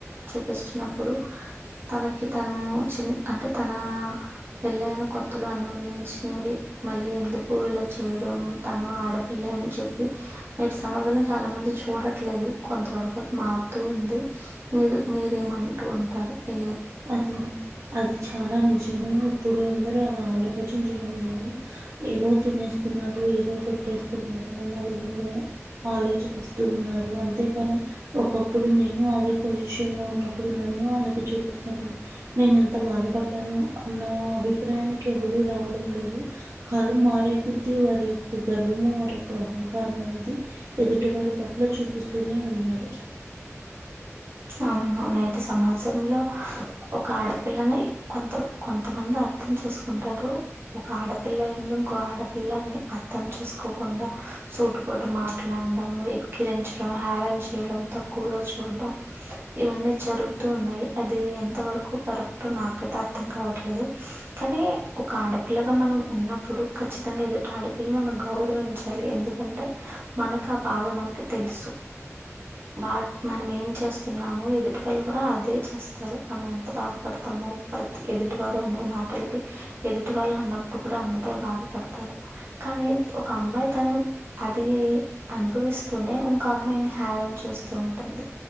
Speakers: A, on the right; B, on the right.
A: చూపిచ్చినప్పుడు తనకి తను చిన్న అంటే తన పెళ్ళయిన కొత్తలు అనుభవించినవి మళ్ళీ ఎందుకు ఇలా చేయడం తను ఆడపిల్ల అని చెప్పి నేటి సమాధానం చాలా మంది చూడట్లేదు కొంత వరకు మారుతూ ఉంది మీరు మీరేమంటూ ఉంటారు ఏ
B: అది అది చాలా నిజం ఏమో ఇప్పుడు అందరూ అలా ఆలోచించడం లేదు ఏదో తినేస్తున్నారు ఏదో పెట్టేస్తున్నారు అన్న విధంగానే ఆలోచిస్ టు ఉన్నారు అంతేకాని ఒకప్పుడు నేను అదే పొజిషన్ లో ఉన్నప్పుడు నన్ను వాళ్ళకు చూ సినపుడు నేను ఎంత బాధపడ్డాను అ నా అభిప్రాయానికి ఎవరూ రావడం లేదు కాలం మారే కొద్ద వారి యొక్క గర్వము వారి యొక్క అహంకారం అనేది ఎదుటివారి పట్ల చూపిస్తూనే ఉన్నారు
A: అవును నేటి సమాజంలో ఒక ఆడపిల్లని కొంత కొంతమంది అర్థం చేసుకుంటారు ఒక ఆడపిల్ల ఉండి ఇంకో ఆడపిల్లని అర్థం చేసుకోకుండా సూటు పోటు మాట్లాడడం ఎక్కిరించడం హేరన్ చేయడం తక్కువగా చూడడం ఇవన్నీ జరుగుతూ ఉన్నాయి అది ఎంత వరకు కరెక్ట్ నాకతే అర్థం కావట్లేదు కానీ ఒక ఆడపిల్లగా మనం ఉన్నప్పుడు ఖచ్చితంగా ఎదుటి ఆడపిల్ల మనం గౌరవించాలి ఎందుకంటే మనకు ఆ బాధ మనకి తెలుసు వా మనం ఏం చే చేస్తున్నాము ఎదుటి వాళ్ళు కూడా అదే చేస్తారు మనం ఎంత బాధపడతామో ప్రతి ఎదుటివారు అనే మాటలకి ఎదుటి వాళ్ళు అన్నప్పుడు కూడా అంతే బాధపడతారు కానీ ఒక అమ్మాయి తను అది అనుభవిస్తూనే ఇంక అమ్మాయిని హేరన్ చేస్తూ ఉంటుంది